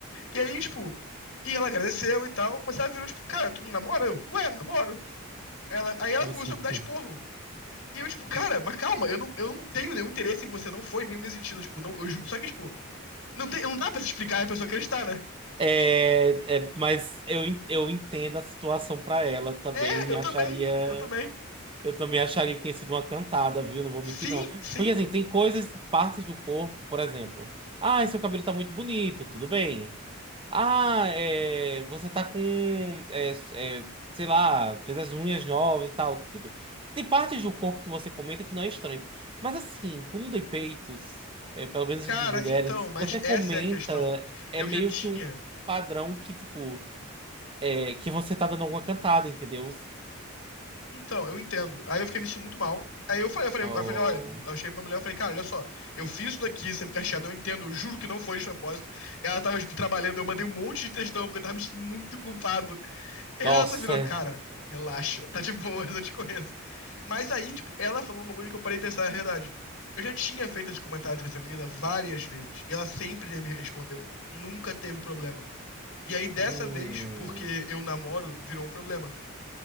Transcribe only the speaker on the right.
<laughs>
É, é, mas eu, en- eu entendo a situação pra ela também
acharia
eu também acharia que tinha sido uma cantada, viu? Não vou
mentir, não.
Porque assim, tem coisas, partes do corpo, por exemplo. Ah, seu cabelo tá muito bonito, tudo bem. Ah, é, você tá com, é, é, sei lá, fez as unhas novas e tal, tudo. Tem partes do corpo que você comenta que não é estranho. Mas assim, bunda e peitos, é, pelo menos
de mulheres,
se
você comenta,
é
meio
que um padrão que, tipo, é, que você tá dando alguma cantada, entendeu?
Oh,
nossa.
Hum.